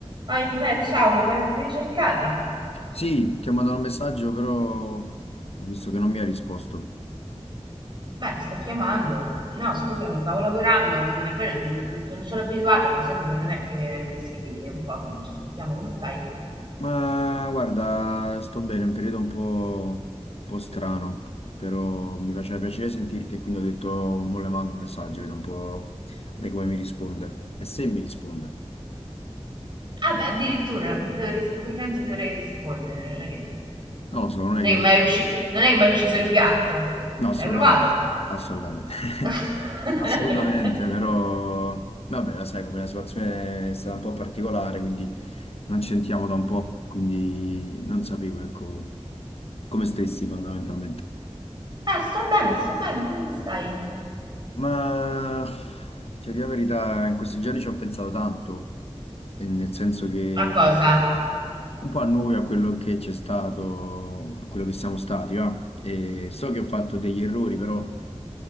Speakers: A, on the right (about 45°); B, on the left (about 60°).
A: Oh, beh, ciao, ma mi avevi cercata?
B: Sì, ti ho mandato un messaggio, però ho visto che non mi ha risposto.
A: Beh, ti sto chiamando. No, scusami, stavo lavorando, non, poi non, non- non sono abituata, di solito non è che mi scrivi, è un po' che non ci sentiamo, come stai?
B: Ma guarda, sto bene, è un periodo un po', un po' strano, però mi faceva piacere sentirti e quindi ho detto, mo le mando un messaggio, vedo un po' lei come mi risponde. E se mi risponde?
A: Ah beh, addirittura, non ti devo risp- perché non ti dovrei rispondere? Non è che,
B: Non lo so, non è
A: non
B: che...
A: è che mi
B: Mm.
A: hai ucci- non è che mi hai ucciso il gatto.
B: No, assolutamente,
A: Ci hai provato?
B: assolutamente,
A: <laughs>
B: <laughs> assolutamente, però vabbè, la sai come la situazione è stata un po' particolare, quindi non ci sentiamo da un po', quindi non sapevo, ecco, come stessi fondamentalmente.
A: Ah, sto bene, sto bene, tu come stai?
B: Ma ti dico la verità, in questi giorni ci ho pensato tanto, e nel senso che
A: Ma cosa?
B: un po' a noi, a quello che c'è stato, a quello che siamo stati, va? E so che ho fatto degli errori, però...